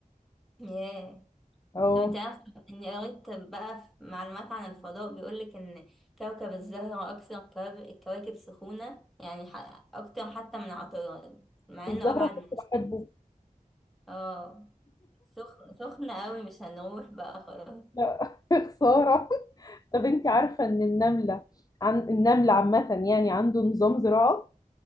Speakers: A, in the centre; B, on the left.
A: ياه
B: اه
A: طب انت عارفه اني قريت بقى في معلومات عن الفضاء بيقولك ان كوكب الزهره اكثر كواب- الكواكب سخونه يعني ح- اكتر حتى من عطارد مع
B: الزهرة
A: انه ابعد
B: كنت
A: من الشمس
B: بحبه
A: اه سخن سخن قوي مش هنروح بقى خلاص
B: لا <laughs> خسارة طب انت عارفة ان النملة عن النمل عامة يعني عنده نظام زراعة